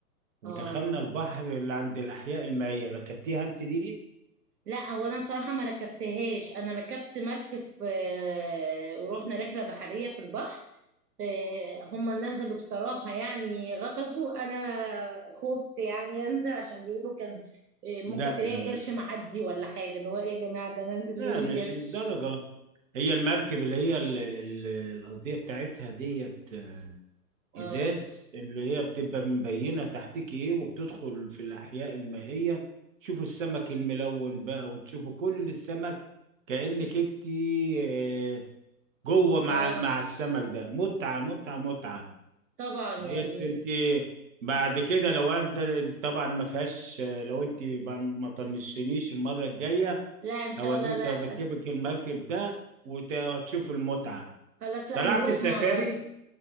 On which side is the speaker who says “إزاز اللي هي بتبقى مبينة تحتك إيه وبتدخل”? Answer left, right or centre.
Right